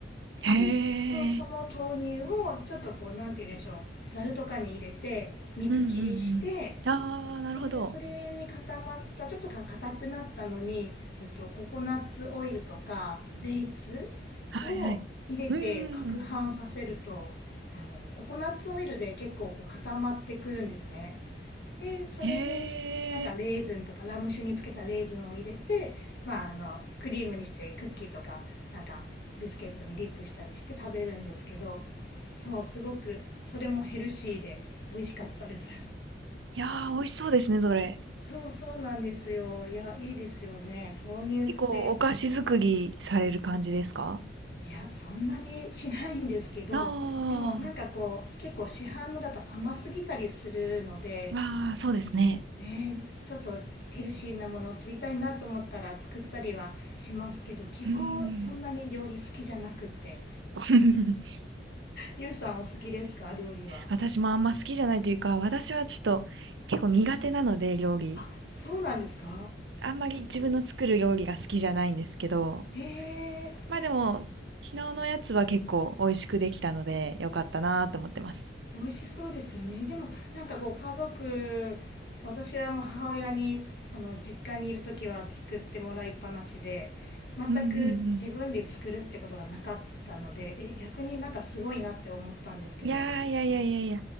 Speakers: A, on the right; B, on the left.
A: へ
B: で、そう、その豆乳をちょっとこう、
A: え。
B: なんて言うんでしょう、ざるとかに入れて、水切りして、
A: うんうんうん。ああ、なるほど。
B: そうです。それに固まった、ちょっとか硬くなったのに、えっと、ココナッツオイルとか、デイツ
A: はいはい。
B: を入れて攪拌させると、
A: うんうんうん。
B: あの、ココナッツオイルで結構こう固まってくるんですね。で、それになんかレーズンとかラム酒につけたレーズンを入れて、
A: へえ。
B: まああの、クリームにしてクッキーとか、なんかビスケットにディップしたりして食べるんですけど、そう、すごくそれもヘルシーで美味しかったです。
A: いやー、美味しそうですね、それ。
B: そうそうなんですよ。いや、いいですよね。豆乳って、
A: 結構お菓子作りされる感じですか
B: いや、そんなにしないんですけど、
A: ああ、
B: でもなんかこう、結構市販のだと甘すぎたりするので、
A: ああ、そうですね。
B: あのね、ちょっとヘルシーなものを取りたいなと思ったら作ったりはしますけど、基本そんなに料理好きじゃなくて。
A: うーん。<laughs>
B: ゆうさんお好きですか料理は。
A: 私もあんま好きじゃないというか、私はちょっと結構苦手なので、料理。
B: あ、そうなんですか
A: あんまり自分の作る料理が好きじゃないんですけど、
B: へえ。
A: まあでも、昨日のやつは結構美味しくできたので、よかったなと思ってます。
B: 美味しそうですよね。でもなんかこう家族、私はもう母親にあの実家にいる時は作ってもらいっぱなしで、全く自分で作るってことがなかったので、
A: うんうんうん。
B: え、逆になんかすごいなって思ったんですけど。
A: いやーいやいやいやいや。